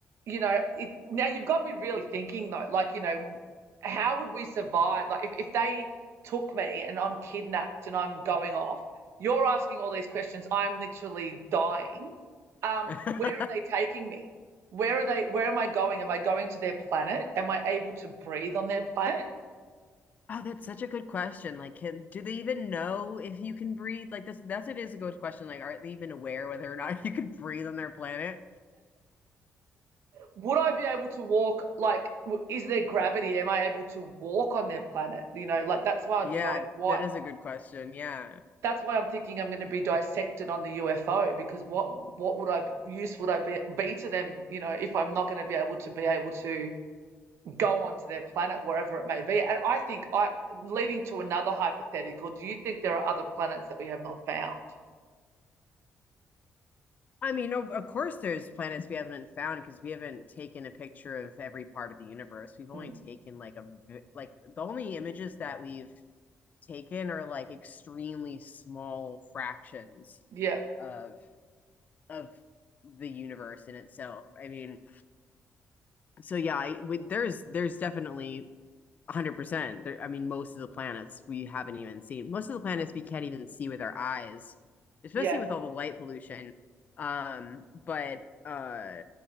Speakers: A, on the right; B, on the left.
A: you know, it, now you've got me really thinking though. Like, you know, how would we survive? Like, if if they took me and I'm kidnapped and I'm going off, you're asking all these questions. I'm literally dying. Um,
B: <laughs>
A: where are they taking me? Where are they? Where am I going? Am I going to their planet? Am I able to breathe on their planet?
B: Oh, that's such a good question. Like, can do they even know if you can breathe? Like that's that's it is a good question. Like, are they even aware whether or not <laughs> you could breathe on their planet?
A: would I be able to walk? Like, is there gravity? Am I able to walk on their planet? You know, like that's why I'd
B: Yeah,
A: be going. Why?
B: that is a good question. Yeah.
A: That's why I'm thinking I'm going to be dissected on the UFO because what what would I use would I be be to them? You know, if I'm not going to be able to be able to go onto their planet wherever it may be. And I think I leading to another hypothetical. Do you think there are other planets that we have not found?
B: I mean, of, of course, there's planets we haven't found because we haven't taken a picture of every part of the universe. We've only
A: Mm.
B: taken like a v- like the only images that we've taken are like extremely small fractions
A: Yeah,
B: of of the universe in itself. I mean, so yeah, I would there's there's definitely one hundred percent. There, I mean, most of the planets we haven't even seen. Most of the planets we can't even see with our eyes, especially
A: yeah.
B: with all the light pollution. Um, but uh,